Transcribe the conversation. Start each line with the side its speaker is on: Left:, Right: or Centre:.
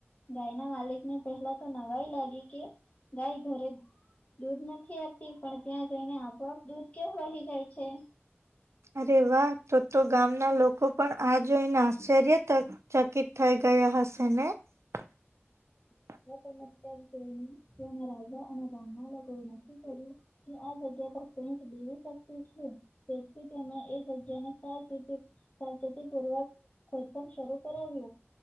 Left: ગાય ના માલિક ને પહેલા તો નવાય લાગી કે, ગાય ઘરે દૂધ નથી આપતી પણ ત્યાં જઈને આપોઆપ દૂધ કેવું વહી જાય છે.
Right: અરે વાહ તો તો ગામના લોકો પણ આ જોઈને આશ્ચર્ય તક ચકીત થઇ ગયા હશે ને? <inaudible>
Left: એ તને અત્યારે જોઈના રાજા અને રાહ કોઈ નક્કી કર્યું. કે આ જગ્યા પર પેન્ટ દેવી શક્તિ છે. તેથી તેમણે એ જગ્યા સાવચેતી પૂર્વક ખોદકામ શરૂ કરાવ્યું,